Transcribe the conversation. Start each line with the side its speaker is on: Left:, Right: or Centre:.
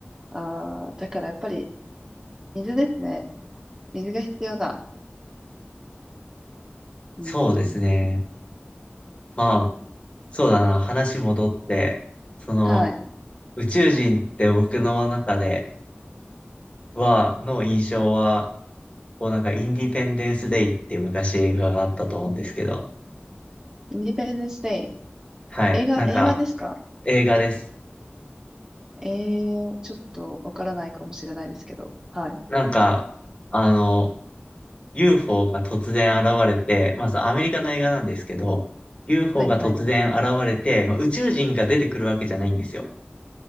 Right: ああ、だからやっぱり、水ですね。水が必要だ。うーん。
Left: そうですね。まあ、そうだな。話戻って、その、
Right: はい。
Left: 宇宙人って僕の中では、の印象は、こうなんかインディペンデンスデイっていう昔映画があったと思うんですけど、
Right: インディペンデンスデイ。
Left: はい。
Right: 映画、
Left: なんか、
Right: 映画ですか
Left: 映画です。
Right: ええちょっとわからないかもしれないですけど。はい。
Left: なんか、あの、UFO が突然現れて、まずアメリカの映画なんですけど、UFO
Right: はい、
Left: が突然現れて、
Right: はい。
Left: まあ、宇宙人が出てくるわけじゃないんですよ。